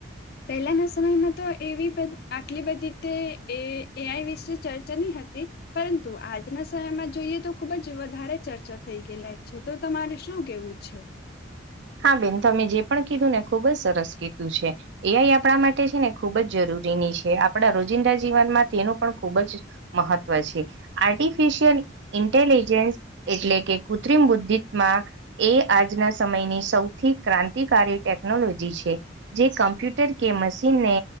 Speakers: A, on the left; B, on the right.
A: પહેલાના સમયમાં તો, એવી આટલી બધી તે એ એઆઈ વિશે ચર્ચાની હતી. પરં તો આજના સમયમાં જોઈએ, તો ખુબ જ વધારે ચર્ચા થઈ ગયેલા છે, તો તમારે શું કેવું છે?
B: હા બેન તમે જે પણ, કીધું ને ખુબ જ સરસ કીધું છે. એ આઈ આપણા માટે છે ને ખૂબ જ જરૂરીની છે. આપણા રોજિંદા જીવનમાં તેનું પણ ખૂબ જ મહત્વ છે, આર્ટિફિશિયલ ઇન્ટેલિજન્સ એટલે કે, કૃત્રિમ બુદ્ધિત્મા એ આજના સમયની સૌથી ક્રાંતિકારી ટેકનોલોજી છે, જે કમ્પ્યુટર કે મશીનને